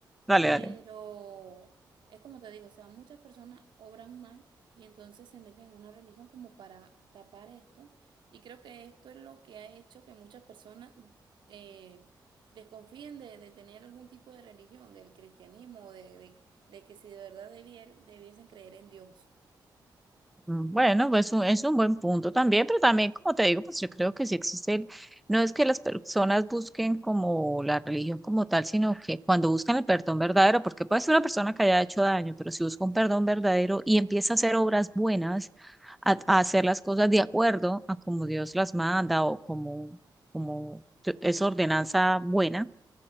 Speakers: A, in the centre; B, on the right.
A: dale,
B: Pero
A: dale.
B: es como te digo, o sea, muchas personas obran mal y entonces se meten en una religión como para tapar esto. Y creo que esto es lo que ha hecho que muchas personas eh, desconfíen de, de tener algún tipo de religión, del cristianismo, de, de, de que si de verdad debier- debiesen creer en Dios.
A: Mm, Bueno, pues un- es un buen punto también, pero también, como te digo, pues yo creo que sí existe el- no es que las personas busquen como la religión como tal, sino que cuando buscan el perdón verdadero, porque puede ser una persona que haya hecho daño, pero si busca un perdón verdadero y empieza a hacer obras buenas, a, a hacer las cosas de acuerdo a como Dios las manda o como, como es ordenanza buena,